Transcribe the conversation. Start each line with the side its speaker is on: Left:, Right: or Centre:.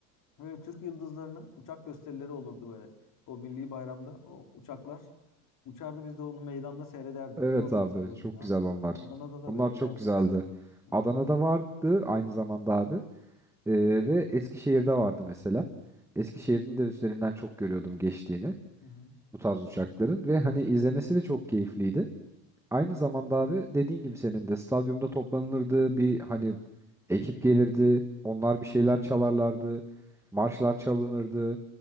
Left: Böyle Türk yıldızlarının uçak gösterileri olurdu böyle. O milli bayramda o uçaklar uçardı. Biz de onu meydanda seyrederdik.
Centre: Evet
Left: Bir de onu
Centre: abi.
Left: hatırlıyorum
Centre: Çok
Left: ya.
Centre: güzel onlar.
Left: Adana'da da
Centre: Onlar
Left: belki
Centre: çok
Left: vardır.
Centre: güzeldi.
Left: Hı
Centre: Adana'da
Left: hı.
Centre: vardı aynı zamanda abi. E, ve Eskişehir'de vardı mesela. Eskişehir'in de üstlerinden çok görüyordum geçtiğini.
Left: Hı hı.
Centre: bu tarz uçakların ve hani izlemesi de çok keyifliydi. Aynı zamanda abi dediğin gibi senin de stadyumda toplanılırdı bir hani ekip gelirdi onlar bir şeyler çalarlardı marşlar çalınırdı.